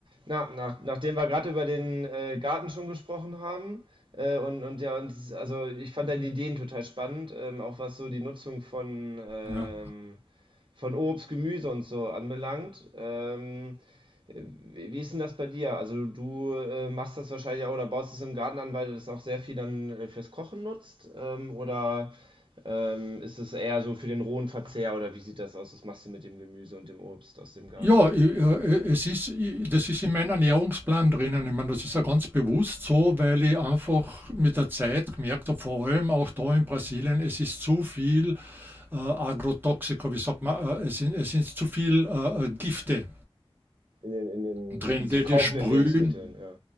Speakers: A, on the right (about 55°); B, on the right (about 20°).
A: Na, nach, nachdem wir gerade über den äh, Garten schon gesprochen haben, äh, und, und ja, uns, also ich fand deine Ideen total spannend, ähm, auch was so die Nutzung von, ähm,
B: Ja.
A: von Obst, Gemüse und so anbelangt. Ähm, wie, wie ist denn das bei dir? Also du äh, machst das wahrscheinlich auch oder baust es im Garten an, weil du das auch sehr viel dann äh, fürs Kochen nutzt? Ähm, oder ähm, ist es eher so für den rohen Verzehr oder wie sieht das aus? Was machst du mit dem Gemüse und dem Obst aus dem Garten?
B: Ja, i äh, äh, es ist i das ist in meinem Ernährungsplan drinnen. Ich meine, das ist ja ganz bewusst so, weil ich einfach mit der Zeit gemerkt habe, vor allem auch da in Brasilien, es ist zu viel, äh, Agrotoxika, wie sagt man, äh, es sind es sind zu viel, äh, äh, Gifte
A: in den, in den
B: drin,
A: zu, zu
B: die
A: kaufenden
B: die sprühen.
A: Lebensmitteln, ja.